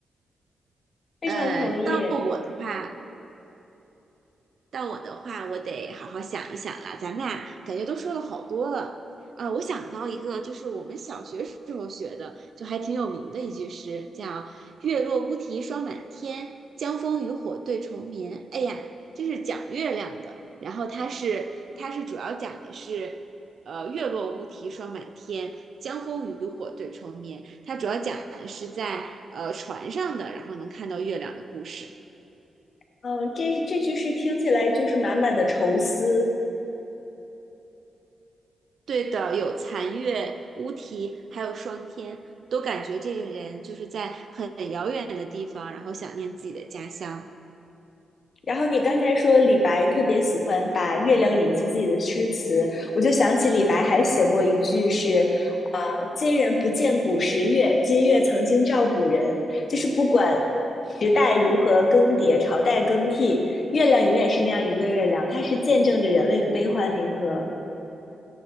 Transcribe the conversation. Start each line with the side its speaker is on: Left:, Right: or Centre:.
Left: 非常同意。
Right: 呃，到我的话，到我的话，我得好好想一想了。咱们俩感觉都说了好多了。呃，我想到一个，就是我们小学时候学的，就还挺有名的一句诗，叫“月落乌啼霜满天，江枫渔火对愁眠”。哎呀，这是讲月亮的。然后它是，它是主要讲的是，呃，月落乌啼霜满天，江枫渔火对愁眠。它主要讲的是在呃船上的，然后能看到月亮的故事。
Left: 嗯，这这句诗听起来就是满满的愁思。
Right: 对的，有残月、乌啼，还有霜天，都感觉这个人就是在很遥远的地方，然后想念自己的家乡。
Left: 然后你刚才说李白特别喜欢把月亮引进自己的诗词，我就想起李白还写过一句是，呃，今人不见古时月，今月曾经照古人。就是不管时代如何更迭，朝代更替，月亮永远是那样一个月亮，它是见证着人类的悲欢离合。